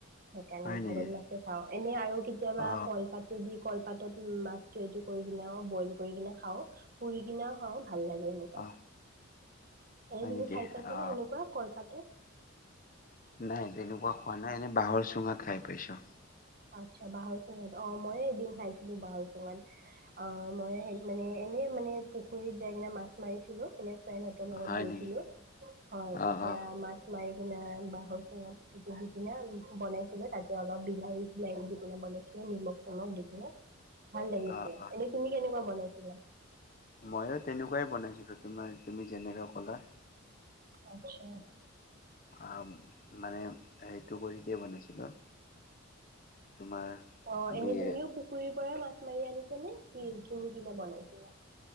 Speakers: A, on the right; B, on the left.
A: সেইকাৰণে
B: হয়
A: ভাঙোন
B: নেকি?
A: মাছ। খাওঁ, এনে আৰু কেতিয়াবা
B: অ
A: কলপাতে দি কলপাতত মাছটো এইটো কৰি কিনে বইল। কৰি কিনে খাওঁ, পুৰি কিনেও খাওঁ ভাল লাগে সেনেকুৱা।
B: অ
A: এনে
B: হয়
A: তুমি
B: নেকি?
A: খাই পাইছা
B: অ
A: নে সেনেকুৱা কলপাতত?
B: নাই তেনেকুৱা খোৱা নাই, এনেই বাঁহৰ চুঙাত খাই পাইছোঁ।
A: আচ্ছা, বাঁহৰ চুঙাত, অ' মইয়ো এদিন খাইছিলোঁ বাঁহৰ চুঙাত। অ' মইয়ে মানে এনেই মানে পুখুৰীত যাই কিনে মাছ মাৰিছিলোঁ। এনে ফ্ৰেণ্ডহঁতৰ লগত
B: হয়
A: গৈছিলোঁ,
B: নেকি?
A: হয়।
B: অ
A: তেতিয়া
B: অ
A: আমাক মাৰি কিনে বাঁহৰ চুঙাত এইটো আনি দি কিনে বনাইছিলে তাতে অলপ বিলাহী বিলাহী দি কিনে বনাইছিলোঁ। নিমখ চিমখ দি কিনে ভাল লাগিছে।
B: অ অ
A: এনেই তুমি কেনেকুৱা বনাইছিলা?
B: মইয়ো, তেনেকুৱাই বনাইছিলোঁ। তোমাৰ তুমি যেনেকে ক'লা
A: আচ্ছা।
B: অ' মানে হেৰিটো কৰি কিনে বনাইছিলোঁ। তোমাৰ
A: অ'
B: বি
A: এনেই তুমিও পুখুৰীৰ পৰা মাছ মাৰি আনিছা নে কি কিনি কিনে বনাইছিলা?